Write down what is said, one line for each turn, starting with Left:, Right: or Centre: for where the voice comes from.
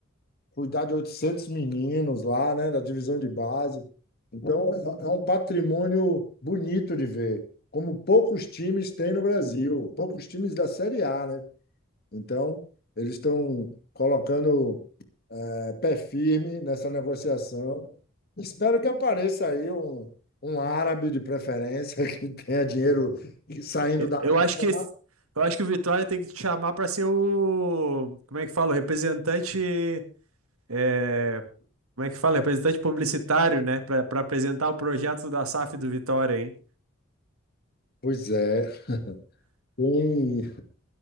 Left: cuidar de 800 meninos lá, né, da divisão de base. Então, é é um patrimônio bonito de ver, como poucos times têm no Brasil, poucos times da Série A, né? Então, eles estão colocando eh, pé firme nessa negociação. Espero que apareça aí um, um árabe de preferência <laughs> que tenha dinheiro saindo
Right: E-
Left: da
Right: Eu
Left: terra.
Right: acho que esse- eu acho que o Vitória tem que te chamar para ser o, como é que fala, o representante, é, como é que fala, representante publicitário, né, Pra para apresentar o projeto da SAF do Vitória, hein?
Left: Pois é, Quem,